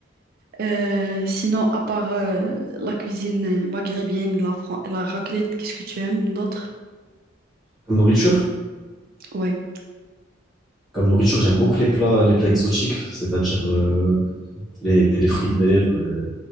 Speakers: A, on the right; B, in the centre.
A: Euh, sinon, à part euh, la cuisine euh, maghrébine, la, fran- la raclette, qu'est-ce que tu aimes d'autre?
B: Comme nourriture?
A: Oui.
B: Comme nourriture, j'aime beaucoup les plats, les plats exotiques, c'est-à-dire euh, les, les fruits de mer, euh,